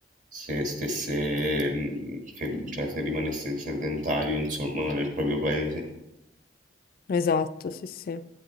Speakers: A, on the right; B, on the left.
A: se stesse, mm, ferm- cioè se rimanesse sedentario, insomma, nel proprio paese.
B: Esatto, sì, sì.